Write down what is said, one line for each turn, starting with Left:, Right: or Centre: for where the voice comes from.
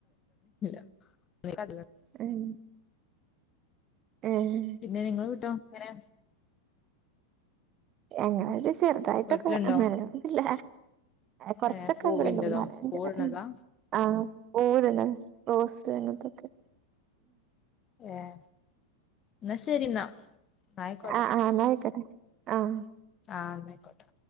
Left: <unintelligible> <unintelligible>
Right: ഉം ഏഹ്
Left: പിന്നെ നിങ്ങള് കിട്ടോങ്ങനെ
Right: എങ്ങനായാലും ചെറുതായിട്ടൊക്കെ
Left: വീട്ടിലുണ്ടോ
Right: അങ്ങനൊന്നുല്ല കൊർച്ചൊക്കെ
Left: ഏ പൂവിന്റതോ
Right: ഒന്ന് രണ്ട് ന്നാലഞ്ചാർ
Left: പൂവിടുന്നതാ
Right: ആഹ് <unintelligible> റോസ് അങ്ങനത്തൊക്കെ
Left: ഏഹ് ന്നാ ശരിന്നാ ന്നാ ആയിക്കോട്ടെ
Right: ആഹ് ആഹ് എന്നാ ആയിക്കോട്ടെ ആഹ്
Left: ആഹ് ന്നായിക്കോട്ടെ